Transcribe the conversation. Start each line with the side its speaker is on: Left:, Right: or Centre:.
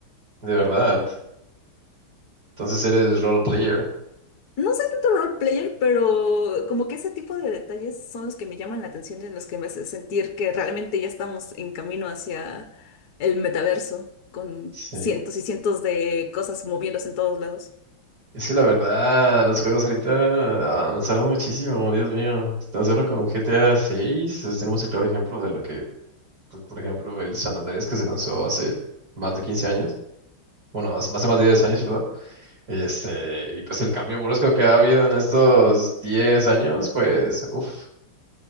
Right: De verdad. Entonces eres role player.
Left: No soy tanto role player, pero como que ese tipo de detalles son los que me llaman la atención y en los que me hace sentir que realmente ya estamos en camino hacia el metaverso, con
Right: Sí.
Left: cientos y cientos de cosas moviéndose en todos lados.
Right: Es que la verdad, los juegos ahorita avanzaron muchísimo, Dios mío. Tan solo con GTA 6 es- tenemos el claro ejemplo de lo que, pues, por ejemplo, el San Andrés que se lanzó hace más de 15 años, bueno, más, más de más de 10 años, perdón. Este, y pues el cambio brusco que ha habido en estos 10 años, pues, uff.